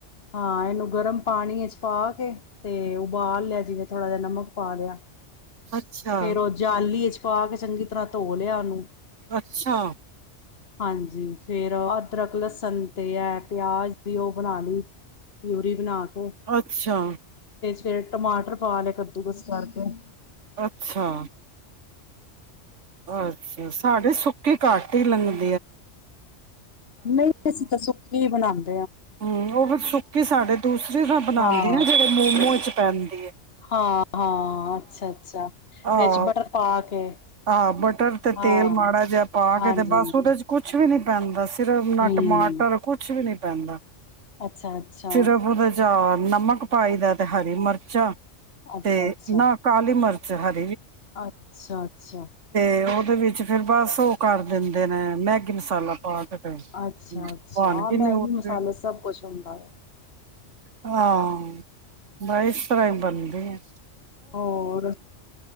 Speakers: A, on the left; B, on the right.
A: ਹਾਂ ਇਹਨੂੰ ਗਰਮ ਪਾਣੀ ਵਿੱਚ ਪਾ ਕੇ ਤੇ ਉਬਾਲ ਲੈਨੀ ਆ ਥੋੜ੍ਹਾ ਜਿਹਾ ਨਮਕ ਪਾ ਲਿਆ।
B: ਅੱਛਾ
A: ਫੇਰ ਉਹ ਜਾਲੀ ਚ ਪਾ ਕੇ ਚੰਗੀ ਤਰ੍ਹਾਂ ਧੋ ਲਿਆ ਉਹਨੂੰ
B: ਅੱਛਾ
A: ਹਾਂਜੀ ਫੇਰ ਅਦਰਕ, ਲਸਣ ਤੇ ਹੈ ਪਿਆਜ ਦੀ ਉਹ ਬਣਾ ਲਈ, ਪਊਰੀ ਬਣਾ ਕੇ
B: ਅੱਛਾ
A: ਫਿਰ ਟਮਾਟਰ ਪਾ ਲਏ, ਕ ਤੇ ਕੁਛ ਕਰਦੇ ਆਂ।
B: ਅੱਛਾ ਅੱਛਾ, ਸਾਡੇ ਸੁੱਕੀ ਘੱਟ ਹੀ ਲੰਘਦੀ -
A: ਨਹੀਂ ਅਸੀਂ ਤਾਂ ਸੁੱਕੀ ਬਣਾਦੇ
B: ਹੂੰ ਉਹ ਵੀ ਸੁ ਕਿ ਸਾਡੇ ਦੂਸਰੇ ਤਾਂ ਬਣਾਉਂਦੀ
A: ਹਾਂ
B: ਐ, ਜਿਹੜੇ ਮੋਮੋ ਚ' ਪੈਂਦੀ ਐ
A: ਹਾਂ -ਹਾਂ ਅੱਛਾ -ਅੱਛਾ
B: ਆਹ
A: ਵਿੱਚ ਬਟਰ ਪਾ ਕੇ
B: ਆਹ ਬਟਰ ਤੇ
A: ਹਾਂ
B: ਤੇਲ ਮਾੜਾ ਜਿਹਾ ਪਾ
A: ਹਾਂਜੀ
B: ਕੇ ਤੇ ਬਸ
A: ਹਾਂਜੀ
B: ਉਹਦੇ ਚ' ਕੁਛ ਵੀ ਨੀ ਪੈਂਦਾ ਸੀ ਮਟਰ ਨਾ
A: ਹਮ
B: ਟਮਾਟਰ ਕੁਛ ਵੀ ਨੀ ਪੈਂਦਾ-
A: ਅੱਛਾ ਅੱਛਾ
B: ਸਿਰਫ ਉਹਦੇ ਵਿੱਚ ਪਿਆਜ ਨਮਕ ਪਾਈ ਦਾ ਤੇ ਹਰੀ ਮਿਰਚਾਂ
A: ਅੱਛਾ
B: ਤੇ
A: ਅੱਛਾ
B: ਨਾਲ ਕਾਲੀ ਮਰਚ ਚਾਟ
A: ਅੱਛਾ ਅੱਛਾ
B: ਤੇ ਉਹਦੇ ਵਿੱਚ ਫੇਿਰ ਬਸ ਉਹ ਕਰ ਦਿੰਦੇ ਨੇ ਮੈਗੀ ਮਸਾਲਾ ਪਾ ਕੇ ਤੇ
A: ਅੱਛਾ ਅੱਛਾ
B: ਬਣ ਗਈ ਨਿਊਟਰੀ
A: ਮੈਗੀ ਮਸਾਲੇ ਸਭ ਕੁਛ ਹੁੰਦਾ ਹੈ
B: ਹਾਂ ਬ ਇਸ ਤਰ੍ਹਾਂ ਹੀ ਬਣਦੇ ਆ
A: ਹੋਰ